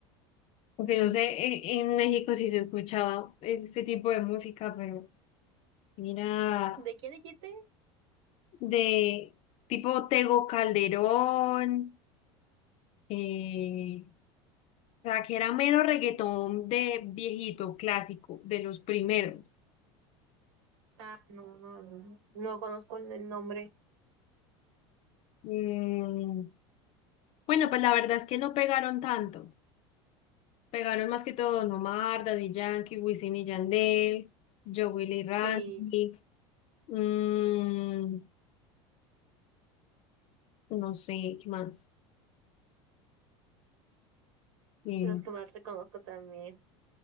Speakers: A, on the left; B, on the right.
A: Aunque no sé, e- en, México sí se escuchaba este tipo de música, pero mira,
B: ¿De quién dijiste?
A: de tipo Tego Calderón, eh, o sea, que era mero reggaetón de viejito, clásico, de los primeros.
B: Ah, no, no, no, no conozco el el nombre.
A: Mm, bueno, pues la verdad es que no pegaron tanto. Pegaron más que todo Don Omar, Daddy Yankee, Wisin y Yandel, Joe Willy Randy,
B: Sí,
A: mm, no sé, ¿qué más? Mm.
B: de los que más reconozco también.